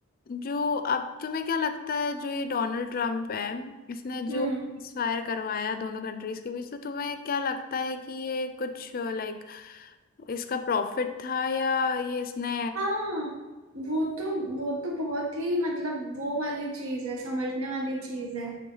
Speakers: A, on the left (about 45°); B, on the right (about 80°).
A: जो अब तुम्हें क्या लगता है जो ये डोनाल्ड ट्रम्प है इसने
B: हम्म
A: जो फायर करवाया दोनों कंट्रीज के बीच तो तुम्हें क्या लगता है कि ये कुछ लाइक इसका प्रॉफिट था या ये इसने
B: हाँ वो तो वो तो बहुत ही मतलब वो वाली चीज है समझने वाली चीज है